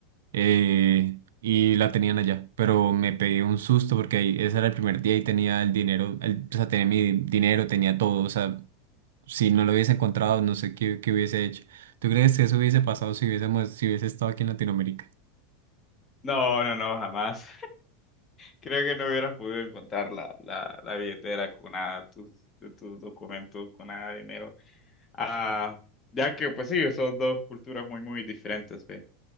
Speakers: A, on the right (about 60°); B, on the left (about 25°).
A: eh, y la tenían allá, pero me pegué un susto porque ahí- ese era el primer día y tenía el dinero, el- o sea, tenía mi dinero, tenía todo, o sea, si no lo hubiese encontrado, no sé qué, qué hubiese hecho. ¿Tú crees que eso hubiese pasado si hubiésemos, si hubiese estado aquí en Latinoamérica?
B: No, no, no, jamás. Creo que no hubieras podido encontrar la, la, la billetera con nada, tus, tus documentos, con nada de dinero. Ah, ya que, pues sí, son dos culturas muy, muy diferentes, ve.